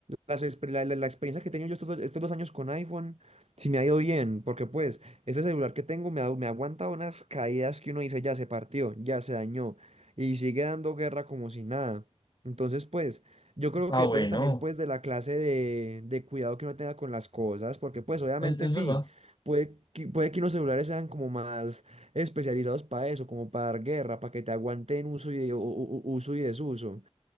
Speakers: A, on the right; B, on the left.
A: las, exper- la, la- la experiencia que he tenido yo estos dos, estos dos años con iPhone, sí me ha ido bien, porque pues este celular que tengo me, ha- me aguanta unas caídas que uno dice, ya se partió, ya se dañó, y sigue dando guerra como si nada. Entonces, pues, yo creo
B: Ah,
A: que depende
B: bueno,
A: también, pues, de la clase de, de cuidado que uno tenga con las cosas, porque, pues, obviamente
B: es, es
A: sí,
B: verdad.
A: puede que, puede que unos celulares sean como más especializados para eso, como para dar guerra, para que te aguanten uso y, de- u- u- uso y desuso.